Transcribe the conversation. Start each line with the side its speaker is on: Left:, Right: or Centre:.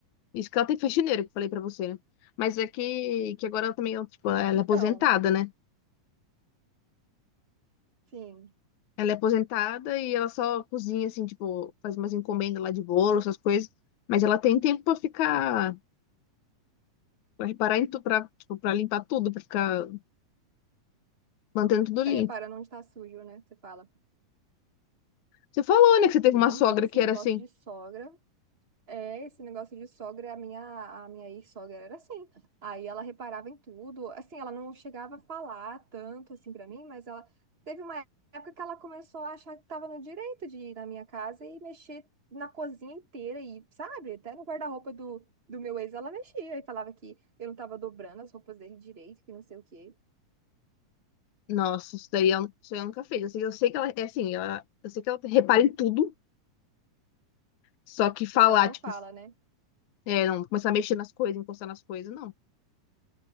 Left: isso que ela tem faxineira, que eu falei pra você, né? Mas é que, que agora ela também, ó, tipo, ela
Right: Então,
Left: é aposentada, né?
Right: sim,
Left: Ela é aposentada e ela só cozinha, assim, tipo, faz umas encomendas lá de bolo, essas coisas. Mas ela tem tempo pra ficar, pra reparar em tudo, pra, tipo, pra limpar tudo, pra ficar mantendo tudo
Right: fica
Left: limpo.
Right: reparando onde tá sujo, né? Você fala,
Left: Você falou, né, que você teve
Right: não,
Left: uma sogra
Right: menina, esse
Left: que
Right: negócio
Left: era assim.
Right: de sogra, é, esse negócio de sogra, a minha, a minha ex-sogra era assim. Aí ela reparava em tudo, assim, ela não chegava a falar tanto, assim, pra mim, mas ela teve uma época que ela começou a achar que tava no direito de ir na minha casa e mexer na cozinha inteira e, sabe, até no guarda-roupa do, do meu ex ela mexia e falava que eu não tava dobrando as roupas dele direito, que não sei o quê.
Left: Nossa, isso daí eu, isso daí eu nunca fiz. Eu sei, eu sei que ela é assim, ela, eu sei que ela repara em tudo, só que falar,
Right: Mas ela não
Left: tipo,
Right: fala, né?
Left: é, não começar a mexer nas coisas, encostar nas coisas, não.